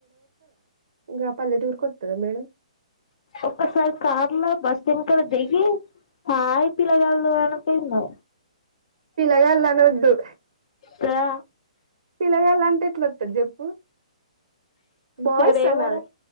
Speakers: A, on the right; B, on the left.
A: గా పల్లెటూరు కి వస్తదా మేడం
B: ఒక్కసారి కార్ లో బస్ ఎనకాల దిగి హాయి పిలగాళ్ళు అనపాయిందో
A: పిల్లగాండ్లు అనవద్దు
B: కదా
A: పిల్లగాల అంటే ఎట్లా వస్తది చెప్పు బాయ్స్
B: సరేమరా
A: అనాలే